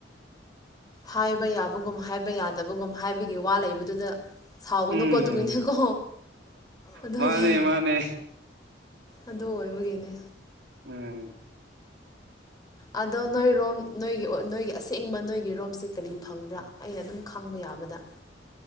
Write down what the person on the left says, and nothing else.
ꯍꯥꯏꯕ ꯌꯥꯕꯒꯨꯝ ꯍꯥꯏꯕ ꯌꯥꯗꯕꯒꯨꯝ ꯍꯥꯏꯕꯒꯤ ꯋꯥ ꯂꯩꯕꯗꯨꯗ ꯁꯥꯎꯒꯅꯨꯀꯣ
ꯑꯗꯨꯒꯤꯅꯤꯀꯣ ꯑꯗꯨꯒꯤ
ꯑꯗꯨ ꯑꯣꯏꯕꯒꯤꯅꯦ
ꯑꯗꯣ ꯅꯣꯏꯔꯣꯝ ꯅꯣꯏꯒꯤ ꯅꯣꯏꯒꯤ ꯑꯁꯦꯡꯕ ꯅꯣꯏꯒꯤꯔꯣꯝꯁꯦ ꯀꯔꯤ ꯐꯪꯕ꯭ꯔꯥ ꯑꯩꯅ ꯑꯗꯨꯝ ꯈꯪꯕ ꯌꯥꯏ ꯇꯥꯕꯗ